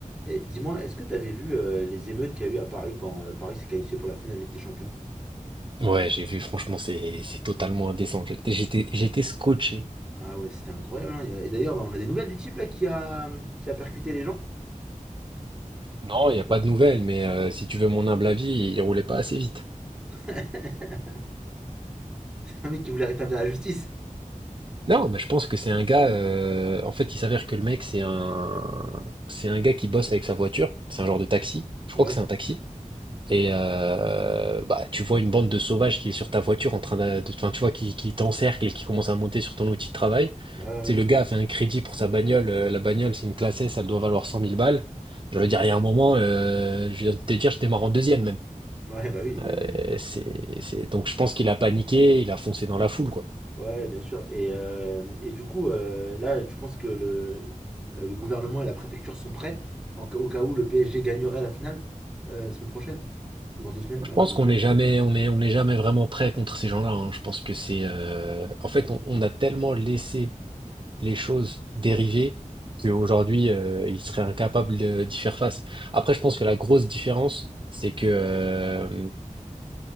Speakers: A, in the centre; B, on the right (about 35°).
A: Et dis-moi, est-ce que tu avais vu euh, les émeutes qu'il y a eu à Paris quand euh, Paris s'est qualifié pour la finale de Ligue des Champions?
B: Ouais, j'ai vu, franchement, c'est c'est totalement indécent. J'étais j'étais j'étais scotché.
A: Ah ouais, c'était incroyable. hein. Et d'ailleurs, on a des nouvelles du type là qui a, qui a percuté les gens.
B: Non, il n'y a pas de nouvelles, mais euh, si tu veux mon humble avis, il roulait pas assez vite.
A: <laughs> C'est un mec qui voulait rétablir la justice.
B: Non, mais je pense que c'est un gars. euh, en fait, il s'avère que le mec, c'est un c'est un gars qui bosse avec sa voiture. C'est un genre de taxi. Je
A: Ouais,
B: crois que c'est un taxi. Et euh, bah, tu vois une bande de sauvages qui est sur ta voiture en train de, de- enfin, tu vois, qui, qui t'encercle et qui commence à monter sur ton outil de travail.
A: ouais, ouais,
B: Tu sais, le
A: bah
B: gars
A: oui.
B: a fait un crédit pour sa bagnole. euh, la bagnole, c'est une classe S, elle doit valoir cent mille balles. Je veux dire, il y a un moment, euh, je viens de te dire, je démarre en deuxième même.
A: Ouais, bah oui.
B: Euh,
A: euh,
B: c'est, c'est... Donc je pense qu'il a paniqué, il a foncé dans la foule, quoi.
A: Ouais, bien sûr. Et, euh, et du coup, euh, là, tu penses que le, là, le gouvernement et la préfecture sont prêts en ca- au cas où le PSG gagnerait la finale euh, la semaine prochaine? Ou dans deux semaines?
B: Je
A: Non,
B: pense
A: dans deux
B: qu'on
A: semaines.
B: n'est jamais, on est, on n'est jamais vraiment prêt contre ces gens-là. hein. Je pense que c'est, euh, en fait, on, on a tellement laissé les choses dérivées qu'aujourd'hui, euh, ils seraient incapables de- d'y faire face. Après, je pense que la grosse différence, c'est que euh,